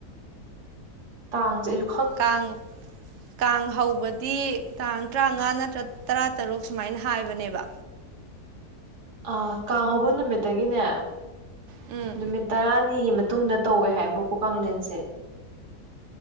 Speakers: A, on the right (about 85°); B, on the right (about 65°).
A: ꯇꯥꯡꯖꯩ
B: ꯀꯥꯡ ꯀꯥꯡ ꯍꯧꯕꯗꯤ ꯇꯥꯡ ꯇꯔꯥꯃꯉꯥ ꯅꯠꯇ꯭ꯔ ꯇꯔꯥ ꯇꯔꯨꯛ ꯁꯨꯃꯥꯏꯅ ꯍꯥꯏꯕꯅꯦꯕ
A: ꯑꯥ ꯀꯥꯡ ꯍꯧꯕ ꯅꯨꯃꯤꯠꯇꯒꯤꯅꯦ
B: ꯎꯝ
A: ꯅꯨꯃꯤꯠ ꯇꯔꯥꯅꯤꯒꯤ ꯃꯇꯨꯡꯗ ꯇꯧꯋꯦ ꯍꯥꯏꯕ ꯀꯣ ꯀꯥꯡꯂꯦꯟꯁꯦ